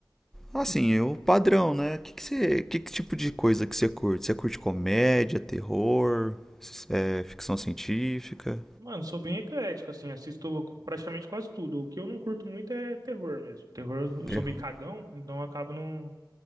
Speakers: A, in the centre; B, on the right.
A: Assim, o padrão, né? Que que você, que, que tipo de coisa que você curte? Você curte comédia, terror, s- é, ficção científica?
B: Mano, sou bem eclético, assim. Assisto praticamente quase tudo. O que eu não curto muito é terror mesmo. Terror, eu
A: Terror.
B: sou meio cagão, então eu acabo não,